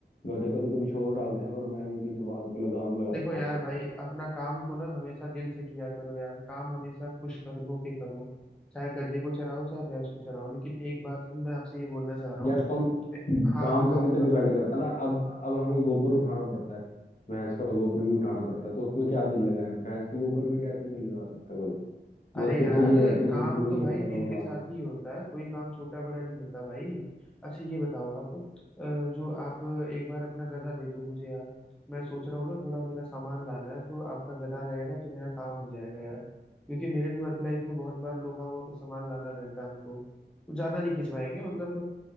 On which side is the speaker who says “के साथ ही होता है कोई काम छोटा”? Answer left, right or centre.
Centre